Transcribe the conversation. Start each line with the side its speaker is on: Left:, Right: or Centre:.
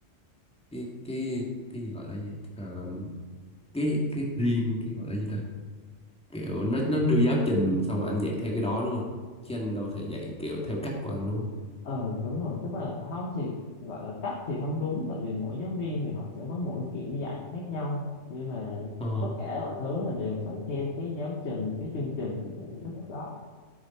Centre: cái cái cái gọi là gì Ờ, cái cái riêng cái gọi là gì ta kiểu nó nó đưa giáo trình xong rồi anh dạy theo cái đó đúng không chứ anh đâu thể dạy kiểu theo cách của anh đúng không
Left: ừ đúng rồi tức là không thì gọi là cách thì không đúng tại vì mỗi giáo viên thì họ sẽ có mỗi kiểu dạy khác nhau nhưng mà
Centre: Ờ.
Left: tất cả mọi thứ là đều phải theo cái giáo trình cái chương trình của cái lớp đó